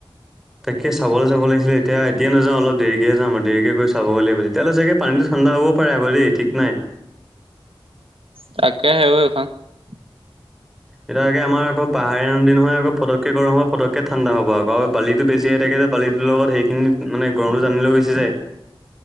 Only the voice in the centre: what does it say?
তাকে চাবলৈ চাব লিছিলে এতিয়া এয়া নাযা অলপ দেৰিকেহে যাম আৰু দেৰিকে গৈ চাব গ লাগিব তেতিয়াহৈ চাগে পানীটো ঠাণ্ডা হ'ব পাৰে হ ঠিক নাই
এতিয়াাকে আমাৰ পাহাৰীয়া নদী নহয় আকৌ ফকে গৰম হব ফকে ঠাণ্ডা হব আক আৰু বালি বেছি থাকে যে ছোৱালীৰ লগত সেইখিনিত মানে গৰমটো জানি লৈ গুছি যায়